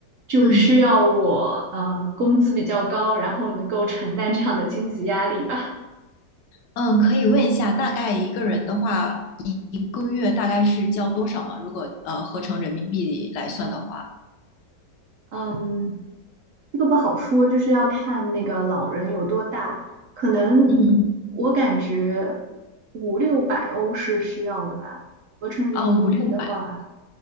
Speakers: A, on the right; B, on the left.
A: 就需要我呃工资比较高，
B: 嗯
A: 然后能够承担这样的经济压力吧。
B: 嗯，可以问一下，大概一个人的话，一一个月大概是交多少吗？如果呃合成人民币来算的话，
A: 嗯，这个不好说，就是要看那个老人有多大，可能我感觉
B: 嗯，
A: 五六百欧是需要的吧，合成人民币的话，
B: 哦，五六百